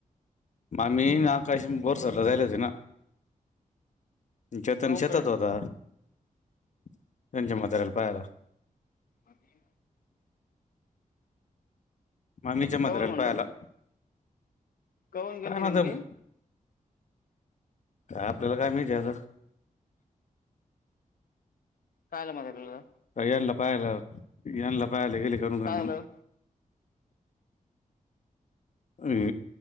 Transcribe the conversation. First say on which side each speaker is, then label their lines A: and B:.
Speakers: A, on the left; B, on the left.
A: मामी न आकाश बोर सरला जायल होते ना. चेतन
B: काऊन
A: शेतात
B: गड
A: होता. त्यांच्या मातार्याला पाहाला.
B: आणि <unintelligible>
A: ममीच्या म्हताऱ्याल
B: काऊन म्हणलं
A: पायला.
B: काऊन गेलती
A: काय राहत
B: नेमकी
A: आपल्याला काय माहिती आता?
B: काय झालं म्हातार्‍याला?
A: का यानल पाहायला यानला पायला गेले कनू का
B: काय
A: मग?
B: आलं
A: अम